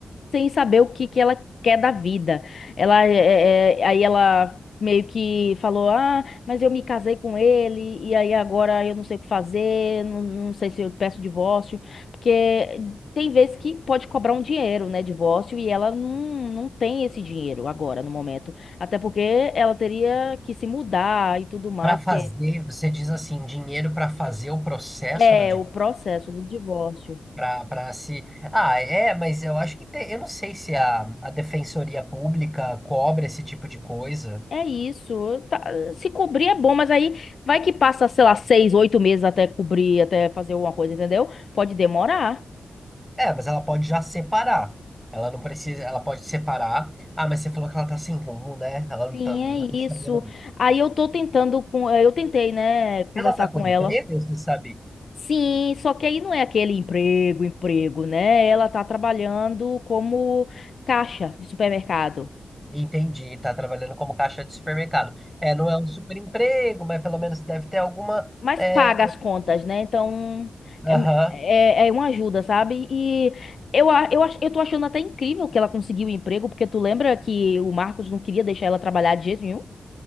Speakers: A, on the left (about 65°); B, in the centre.
A: sem saber o que que ela quer da vida. Ela é, é, é, aí ela meio que falou: "Ah, mas eu me casei com ele e aí agora eu não sei o que fazer, não, não sei se eu peço divórcio, porque tem vezes que pode cobrar um dinheiro, né, divórcio, e ela não, não tem esse dinheiro agora no momento, até porque ela teria que se mudar e tudo mais,
B: Para fazer,
A: porque
B: você diz assim, dinheiro para fazer o processo
A: é
B: do divórcio,
A: o processo do divórcio.
B: Pra, pra se. Ah, é, mas eu acho que tem. Eu não sei se a, a Defensoria Pública cobra esse tipo de coisa.
A: É isso. Tá- se cobrir é bom, mas aí vai que passa, sei lá, seis, oito meses até cobrir, até fazer alguma coisa, entendeu? Pode demorar.
B: É, mas ela pode já separar. Ela não precisa. Ela pode separar. Ah, mas você falou que ela tá sem rumo, né? Ela não
A: Sim,
B: tá, não tá nem
A: é
B: sabendo.
A: isso. Aí eu tô tentando com, é, eu tentei, né, conversar
B: Ela tá com
A: com
B: emprego,
A: ela.
B: você sabe?
A: Sim, só que aí não é aquele emprego, emprego, né? Ela tá trabalhando como caixa de supermercado.
B: Entendi, tá trabalhando como caixa de supermercado. É, não é um super emprego, mas pelo menos deve ter alguma.
A: mas
B: É,
A: paga as contas, né? Então
B: aham,
A: é, é, é uma ajuda, sabe? E eu, a- eu, ach- eu tô achando até incrível que ela conseguiu o emprego, porque tu lembra que o Marcos não queria deixar ela trabalhar de jeito nenhum?